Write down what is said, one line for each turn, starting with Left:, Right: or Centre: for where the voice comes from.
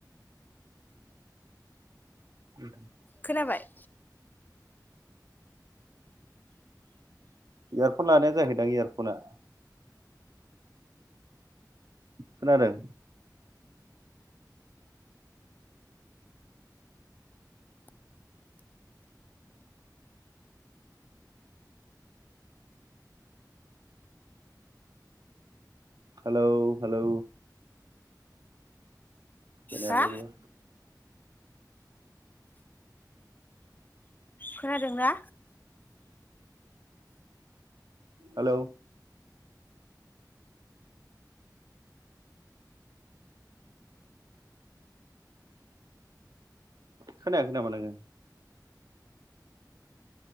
Right: उ
Left: खोनाबाय?
Right: इयारफन लानाया जायाखैदां इयारफ'ना। खोनादों? हेलौ हेलौ खोनायालै
Left: हा
Right: बेयो
Left: खोनादोंना?
Right: हेलौ खोनायाखै नामा नोङो?